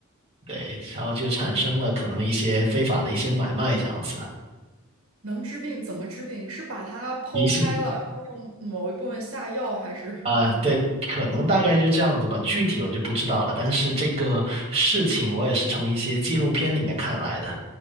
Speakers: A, on the right; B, on the right.
A: 对，然后就产生了可能一些非法的一些买卖这样子，
B: 能治病怎么治病？是把它剖开了，
A: 迷信。
B: 然后用某一部分下药，还是？
A: 呃，
B: <laughs>
A: 对，可能大概就这样子吧，具体我就不知道了。但是这个事情我也是从一些纪录片里面看来的，